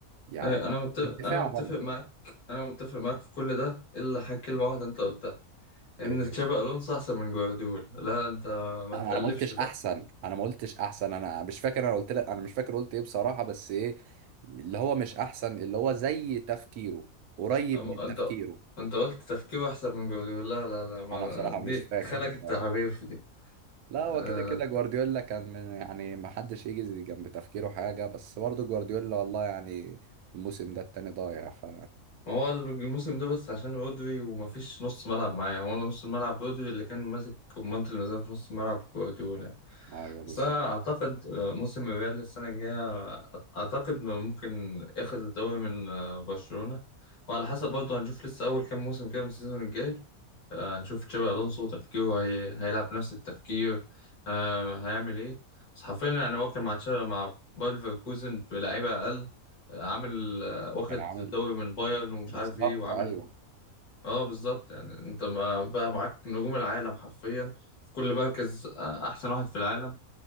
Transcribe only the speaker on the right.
يعني
بالدفاع
برضه
إيه هي؟
انا
أنا ما قلتش
احسن انا ما قلتش احسن انا مش فاكر انا قلت لك انا مش فاكر قلت ايه بصراحه بس ايه اللي هو مش احسن اللي هو زي تفكيره قريب
من
تفكيره
انا بصراحه
مش فاكر
<laughs>
لا هو
كده كده جوارديولا كان من يعني ما حدش يجي جنب تفكيره حاجة بس برضه جوارديولا والله يعني الموسم ده التاني ضايع ف
ايوه بالظبط
كان عامل
بالظبط
ايوه